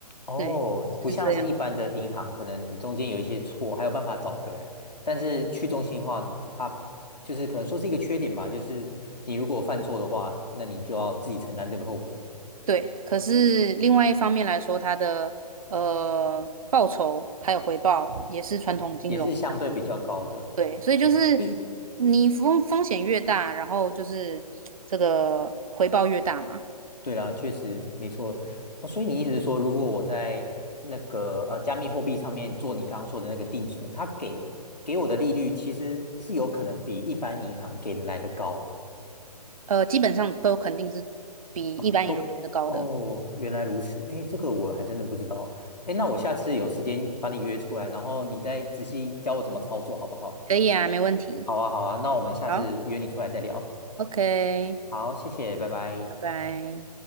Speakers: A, on the left (about 80°); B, on the right (about 55°).
A: 哦，
B: 对，
A: 不像是一般的银行，
B: 是这样。
A: 可能你中间有一些错，还有办法找回来。但是去中心化，它就是可能说是一个缺点吧，就是你如果犯错的话，那你就要自己承担这个后果。
B: 对，可是另外一方面来说，它的呃报酬还有回报也是传统金融很
A: 哦，也是相对比较高的。
B: 对，所以就是
A: 哦，一，
B: 你风风险越大，然后就是这个回报越大嘛，
A: 对啦，确实没错。哦，所以你意思是说，如果我在那个呃加密货币上面做你刚刚说的那个定存，它给给我的利率其实是有可能比一般银行给的来的高
B: 呃，基本上都肯定是比一般银行来的高的。
A: 哦，都哦，原来如此。哎，这个我还真的不知道。哎，那我下次有时间把你约出来，然后你再仔细教我怎么操作，好不好？
B: 可以啊，没问题。
A: 好啊，好啊，那我们下次约你出来再聊。
B: 好，OK，
A: 好，谢谢，拜拜。
B: 拜拜。